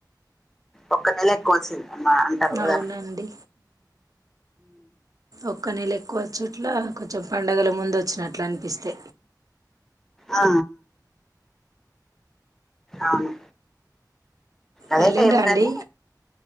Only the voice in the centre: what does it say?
ఒక్క నెల ఎక్కువ వచ్చింది అమ్మా అంటారు కదా
ఆ అవును అదేట
ఏం
కాని